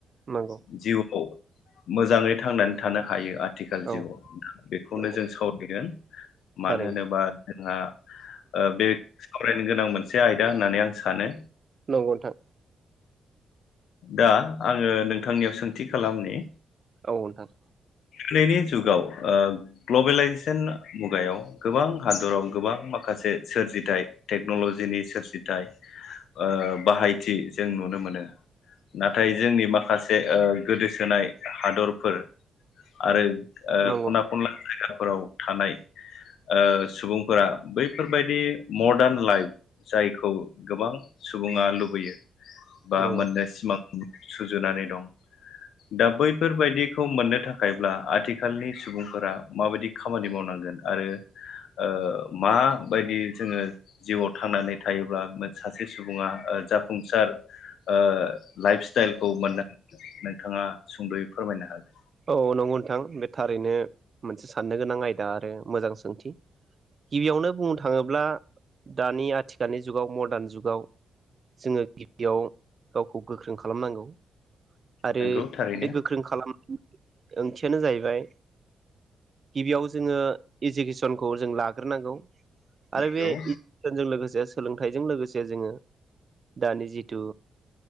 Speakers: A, on the right (about 35°); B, on the left (about 85°).
A: नंगौ
B: <unintelligible> मोजाङै थांनानै थानो हायो आ थिखाल जिउआव
A: औ
B: बेखौनो
A: नंगौ
B: जों साव बेगोन। मानो
A: थारैनो
B: होनोबा। जोंहा। ओ बे। सावरायनो गोनां मोनसे आयदा होननानै आं सानो।
A: नंगौ नोंथां।
B: दा आङो नोंथांनियाव सोंथि खालामनि।
A: औ नोंथां।
B: दिनैनि जुगाव ओ ग्लबेलाइजेसन मुगायाव गोबां हादराव गोबां माखासे सोरजिथाय टेक्नलजिनि सोरजिथाइ ओ बाहायथि जों नुनो मोनो नाथाय जोंनि माखासे ओ गोदोसोनाय हादरफोर। आरो। ओ
A: नंगौ
B: खना
A: नोंथां
B: खनला जायगा। फोराव थानाय ओ सुबुंफोरा बैफोरबायदि मडार्न लाइफ जायखौ गोबां सुबुङा लुबैयो। बा
A: नंगौ
B: मोननो सिमां। सुजुनानै दं दा बैफोरबायदिखौ मोननो था खायब्ला आथिखालनि सुबुंफोरा माबायदि खामानि मावनांगोन आरो ओ माबायदि जोङो जिउआव थांनानै थायोब्ला <unintelligible> सासे सुबुङा ओ जाफुंसार ओ लाइफ स्टाइलखौ मोन नोंथाङा सुंद'यै फोरमायनो हागोन।
A: औ नंगौ नोंथां बे थारैनो मोनसे साननो गोनां आयदा आरो मोजां सोंथि गिबियावनो बुंनो थाङोब्ला दानि आथिखालनि जुगाव मदार्न जुगाव जोङो गिबियाव। गावखौ गोख्रों खालामनांगौ आरो
B: नोंगौ थारैनो
A: बे गोख्रों खालाम ओंथियानो जाहैबाय गिबियाव जोङो इजुकेसनखौ जों लाग्रोनांगौ। आरो
B: नोंगौ
A: बे <unintelligible> जों लोगोसे। सोलोंथाइजों लोगोसे जोङो दानि जिथु